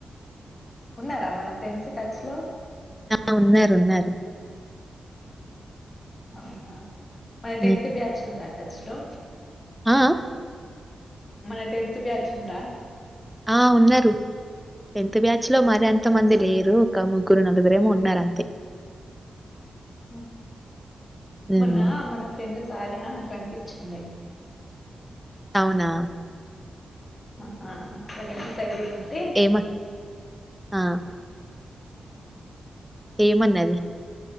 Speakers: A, on the left; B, in the centre.
A: ఉన్నారా, మన ఫ్రెండ్స్ టచ్ లో?
B: ఆ ఉన్నారు, ఉన్నారు.
A: అవునా, మన
B: హ్మ్.
A: టెన్త్ బ్యాచ్ ఉందా టచ్‌లో?
B: ఆ! ఆ!
A: మన టెన్త్ బ్యాచ్ ఉందా?
B: ఆ ఉన్నారు టెన్త్ బ్యాచ్ లో మరి అంత
A: అవునా.
B: మంది లేరు ఒక ముగ్గురు నలు నలుడుగురేమో ఉన్నారు అంతే
A: మ్
B: హ్మ్.
A: మొన్న మన ఫ్రెండ్ సాజన కనిపించ్చింది
B: అవునా
A: ఆ కలి సైడ్ ఇ ఉంట
B: ఏమ ఆ ఏమన్నది